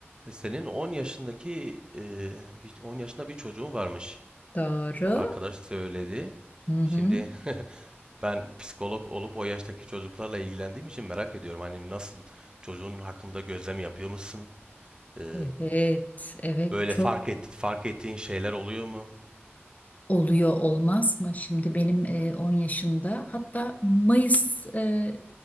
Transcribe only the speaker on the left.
Doğru.
Hı hı.
Evet, evet
çok
oluyor olmaz mı? Şimdi benim e, 10 yaşında hatta Mayıs e,